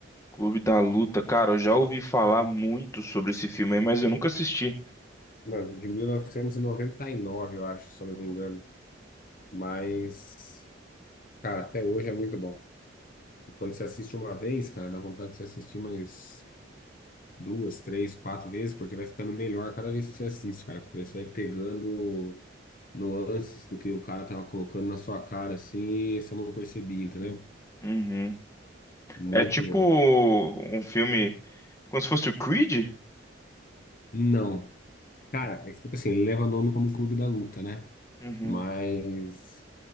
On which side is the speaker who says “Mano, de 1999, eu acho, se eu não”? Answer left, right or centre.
Left